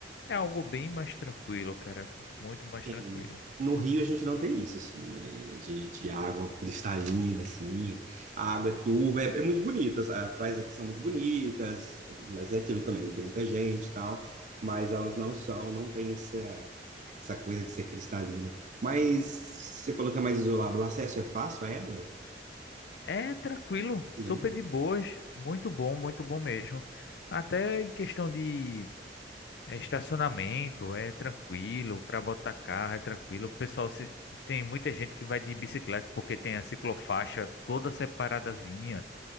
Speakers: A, on the left; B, on the right.
A: é algo bem mais tranquilo, cara. Muito mais
B: É,
A: tranquilo.
B: No Rio a gente não tem isso, assim, é, de, de água cristalina, assim, a água é turva, é, é muito bonita as, as praias aqui são muito bonitas, mas é aquilo também, né? Tem muita gente e tal, mas elas não são, não tem essa, essa coisa de ser cristalina. Mas você falou que é mais isolado, o acesso é fácil a ela?
A: É tranquilo, super
B: Não,
A: de boas. Muito bom, muito bom mesmo. Até em questão de eh, estacionamento, é tranquilo. Para botar carro, é tranquilo. O pessoal se... tem muita gente que vai de bicicleta porque tem a ciclofaixa toda separadazinha.